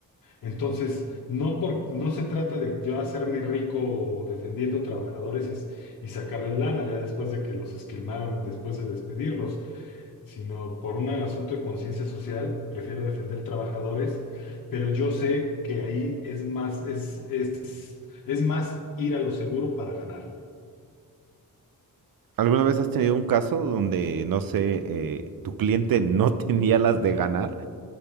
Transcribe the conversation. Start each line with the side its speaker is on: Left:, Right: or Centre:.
Left: Entonces, no, por, no se trata de yo hacerme rico defendiendo trabajadores y, s- y sacarles lana ya después de que los esquilmaron, después de despedirlos, sino por un asunto de conciencia social, prefiero defender trabajadores, pero yo sé que ahí es más, es, es, es más ir a lo seguro para ganar.
Right: ¿Alguna vez has tenido un caso donde, no sé, eh, tu cliente no <laughs> tenía las de ganar?